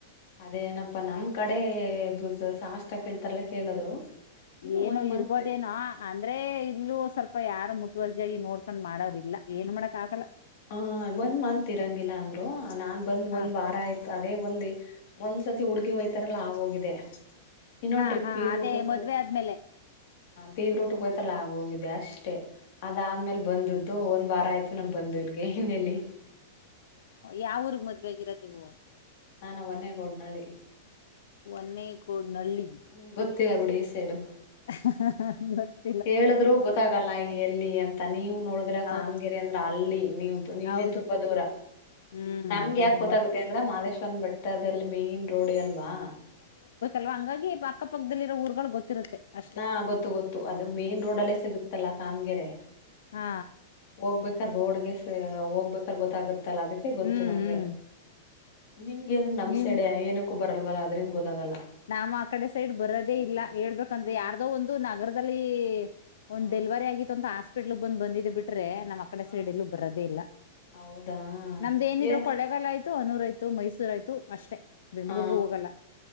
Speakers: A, on the left; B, on the left.
A: ಅದೇನಪ್ಪಾ ನಮ್ ಕಡೆ ಬ ಸಾಷ್ಟ ಕೇಳ್ತಾರಲ್ಲ ಕೇಳಿದ್ರು ಇನ್ನು
B: ಏನು
A: ಒನ್ ಮಂತ್
B: ಇರ್ಬೋದೇನ ಅಂದ್ರೆ ಇಲ್ಲೂ ಸ್ವಲ್ಪ ಯಾರ ಮುತುವರ್ಜಾಗಿ ನೋಡ್ಕೊಂಡ್ ಮಾಡರ್ಲ್ಲ ಏನ್ ಮಾಡಕ್ ಆಗಲ್ಲ
A: ಹ ಒಂದ್ ಮಂತ್ ಇರಂಗಿಲ್ಲ ಅಂದ್ರು ನಾನ್ ಬಂದ್
B: ಹಾ
A: ಒಂದ್ ವಾರ ಆಯ್ತು ಅದೇ ಒಂದ ಒಂದ್ಸತಿ ಹುಡುಗಿ ಹಯ್ತಾರಲ್ಲ ಆಗೋಗಿದೆ ಇನ್ನೊಂದ್
B: ಹಾ
A: ಟ್ರಿಪ್
B: ಹಾ
A: ಬೀಗರುಟುಕ್
B: ಅದೇ
A: ಹೋಯ್ತ್
B: ಮದ್ವೆ ಆದ್ಮೇಲೆ
A: ಬೀಗ್ ರೂಟಕ್ಕೆೋಯ್ತರಲ್ಲ ಆಗೋಗಿದೆ ಅಷ್ಟೇ ಅದಾದ್ಮೇಲ್ ಬಂದದ್ದು ಒಂದ್ ವಾರ ಆಯ್ತು ನನ್ ಬಂದು ಇಲ್ಗೆ ಇನ್ನೆಲ್ಲಿ
B: ಯಾವಊರುಗ್ ಮದ್ವೆ ಆಗಿರೋದು ನೀವು
A: ನಾನ ಒನ್ನೇಗೌಡ್ನಲ್ಲಿ
B: ಒನ್ನೇಗೋಡ್ನಳ್ಳ
A: ನಿಮ್ಗ್ ಗೊತ್ತಿಲ್ಲ ಬಿಡಿ ಈ ಸೈಡು
B: ಹ
A: ಹೇಳಿದ್ರು ಗೊತ್ತಾಗಲ್ಲ ಎಲ್ಲಿ ಅಂತ ನೀವ್ ನೋಡಿದ್ರ
B: ಹೌದು
A: ಕಾಮಗಿರಿ ಅಂದ್ರ ಅಲ್ಲಿ ನೀವ ನೀವೆ
B: ಹೌದು
A: ತುಂಬಾ ದೂರ
B: ಹ್ಮ್
A: ನಮ್ಗೆ ಯಾಕೆ
B: ತುಂಬಾ
A: ಗೊತ್ತಾಗುತ್ತೆ
B: ದ-
A: ಅಂದ್ರ ಮಹದೇಶ್ವರ ಬೇಟ್ಟದಲ್ಲಿ ಮೇನ್ ರೋಡ್ ಹೆ ಅಲ್ವಾ
B: ಲ್ವಾ ಹಂಗಾಗಿ ಅಕ್ಕ ಪಕ್ಕದಲ್ಲಿರೋಊರ್ಗಳು ಗೊತ್ತಿರುತ್ತೆ ಅಷ್ಟೇ
A: ಹಾ ಗೊತ್ತು ಗೊತ್ತು ಅದು ಮೈನ್ ರೋಡ್ ಅಲ್ಲೇ ಸಿಗುತ್ತಲ್ಲಾ ಕಾಮ್ಗೆರೆ
B: ಹಾ
A: ಹೋಗ್ಬೇಕ್ರ ರೋಡ್ಗೆ ಹೋಗ್ಬೇಕ್ರ ಗೊತ್ತಾಗತ್ತಲ್ಲ ಅದಕ್ಕೆ ಗೊತ್ತು
B: ಹ್ಮ್
A: ನಮ್ಗೆ
B: ಹ್ಮ್
A: ನಿಮ್ಗೆ ಅಂದ್ರ ನಮ್
B: ನೀವ್
A: ಸೈಡೆ ಏನಕ್ಕೂ ಬರಲ್ವಲ್ಲ ಅದ್ರಿಂದ ಗೊತ್ತಾಗಲ್ಲ
B: ನಾಮ ಆ ಕಡೆ ಸೈಡ್ ಬರೋದೇ ಇಲ್ಲ ಹೇಳ್ಬೇಕಂದ್ರೆ
A: ಹ್ಮ್
B: ಯಾರ್ದೋ ಒಂದು ನಗರದಲ್ಲಿ ಒಂದ್
A: ಹ್ಮ್
B: ಡೆಲವರಿ ಆಗಿತ್ತು ಅಂತ ಹಾಸ್ಪಿಟ್ಲ್ ಬಂದ ಬಂದಿದ ಬಿಟ್ರೆ ನಮ್ಮ ಕಡೆ
A: ಹ
B: ಸೈಡಿಲ್ಲ ಬರೋದೇ ಇಲ್ಲ
A: ಹೌದಾ
B: ನಮ್ದ ಏನಿದ್ರರು
A: ಏನ್
B: ಕೊಳೆಗಾಲ ಆ ಅನೂರ್ ಆಯ್ತ ಮಸೂ ಆಯ್ತು ಅಷ್ಟೇ ಬೆಂಗ್ಳೂರ್ಗೂ
A: ಆ
B: ಹೋಗಲ್ಲ